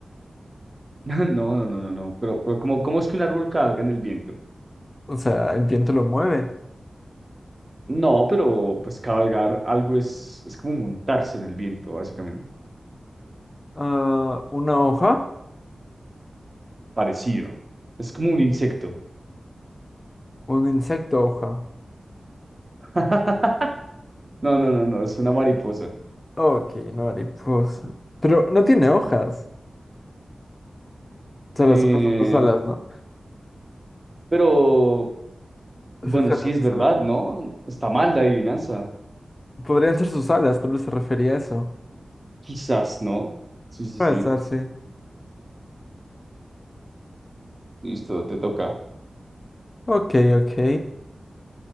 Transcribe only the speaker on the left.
o sea, el viento lo mueve.
Ah, una hoja,
un insecto hoja.
Ok, no, mariposa. Pero no tiene hojas. O sea,
las hojas son sus alas, ¿no?
Sus alas,
sus
alas.
Podrían ser sus alas, tal vez se refería a eso.
Puede
ser, sí.
Ok, ok.